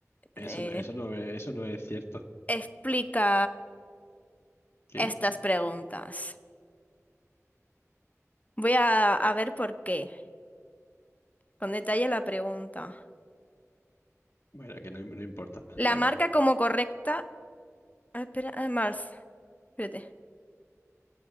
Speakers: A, on the left; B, on the left.
A: Eh,
B: Eso no, eso no, es- eso no es cierto.
A: explica
B: ¿Qué?
A: estas preguntas. Voy a, a ver por qué. Con detalle la pregunta.
B: Bueno, que no, no importa,
A: La
B: da igual.
A: marca como correcta. ah, Espera, eh, Mars. Espérate.